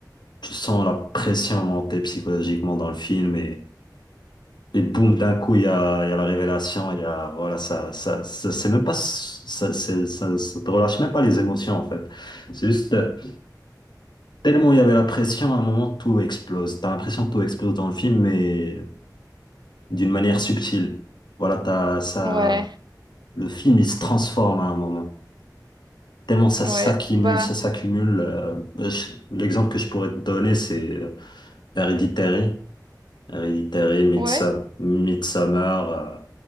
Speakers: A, on the left; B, on the right.
A: tu sens la pression monter psychologiquement dans le film Et boum, d'un coup, il y a, il y a la révélation, il y a, voilà, ça, ça, ça- c'est même pas, ça, c'est- ça, ça te relâche même pas les émotions, en fait. C'est juste, euh, tellement il y avait la pression, à un moment, tout explose. T'as l'impression que tout explose dans le film, mais d'une manière subtile. Voilà, t'as, ça,
B: Ouais,
A: le film, il se transforme à un moment. Tellement ça
B: ouais.
A: s'accumule,
B: Bah,
A: ça s'accumule. euh, je- l'exemple que je pourrais te donner, c'est euh, Hereditary. Hereditary, Midsom-
B: ouais.
A: Midsommar, euh,